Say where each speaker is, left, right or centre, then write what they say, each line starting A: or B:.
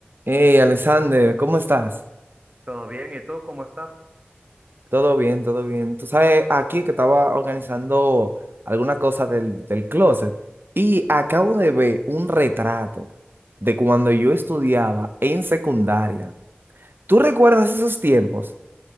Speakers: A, on the right; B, on the right.
A: Hey, Alexander, ¿cómo estás?
B: ¿Todo bien? ¿Y tú cómo estás?
A: Todo bien, todo bien. Tú sabes, aquí que estaba organizando alguna cosa del, del closet y acabo de ver un retrato de cuando yo estudiaba en secundaria. ¿Tú recuerdas esos tiempos?